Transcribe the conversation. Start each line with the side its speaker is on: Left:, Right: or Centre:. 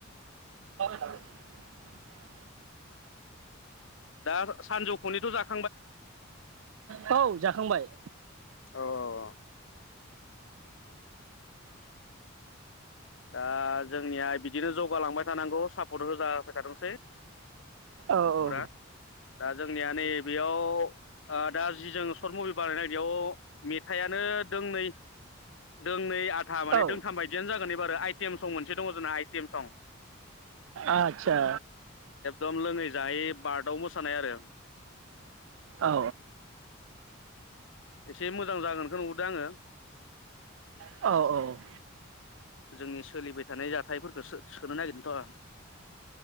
Right: <inaudible>
Left: दा सानजौफुनिथ' जाख
Right: औ जाखांबाय।
Left: औ औ औ दा जोंनिया बिदिनो जौगालांबाय थानांगौ साब <unintelligible> थादोंसै
Right: औ
Left: इसरा
Right: औ
Left: दा जोंनिया नै बेयाव ओ दा जि जों सर्ट मभि बानायनायनो नागिरदों बेयाव मेथाइयानो दोंनै दोंनै आधा माने
Right: औ
Left: दोंथाम बायदियानो जागोन एब बारो आइटेम सं मोनसे दङ जोंना आइटेम सं
Right: आतसा
Left: दम लोङै जायै बार्टाव मोसानाय आरो
Right: औ
Left: एसे मोजां जागोनखौ नुहुरदो आङो।
Right: औ औ
Left: जोंनि सोलिबाय थानाय जाथाइफोरखौ सो-सोनो नागिरदोंथ'